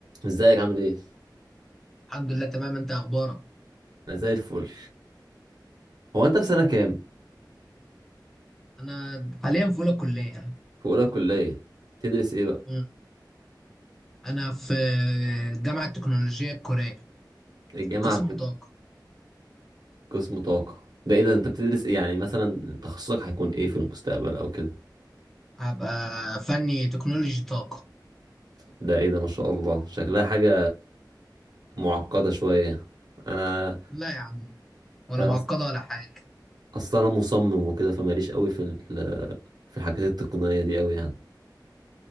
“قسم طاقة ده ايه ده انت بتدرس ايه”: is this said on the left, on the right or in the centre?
Right